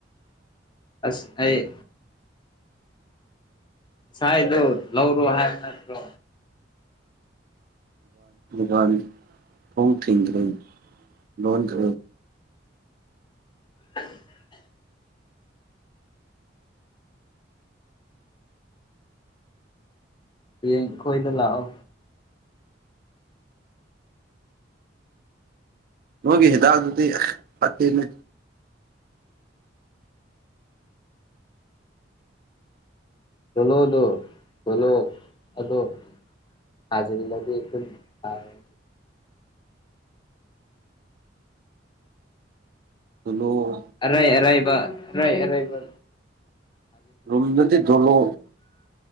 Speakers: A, on the left (about 25°); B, on the right (about 50°).
A: ꯑꯁ ꯑꯩ ꯉꯁꯥꯏꯗꯣ ꯂꯧꯔꯣ ꯍꯥꯏꯕ ꯅꯠꯇ꯭ꯔꯣ
B: ꯀꯥꯟ ꯐ ꯊꯦꯡ꯭ꯔ ꯂꯣꯟꯣꯟ ꯀ
A: <inaudible> ꯍꯌꯦꯡ ꯑꯈꯣꯏꯗ ꯂꯥꯛꯑꯣ
B: ꯃꯣꯏꯒꯤ ꯍꯤꯗꯥꯛꯇꯨꯗꯤ ꯐꯠꯇꯦꯅꯦ
A: ꯆꯂꯣ ꯑꯗꯨ ꯀꯂꯣ ꯑꯗꯨꯗꯣ ꯊꯥꯖꯤꯜꯂꯗꯤ ꯑꯗꯨꯝ ꯐꯒ꯭ꯔꯅꯤ
B: ꯆꯂꯣ
A: ꯑꯔꯥꯏ ꯑꯔꯥꯏꯕꯥꯏ ꯑꯔꯥꯏꯕ
B: ꯔꯨꯝꯗꯗꯤ ꯗꯣꯂꯣ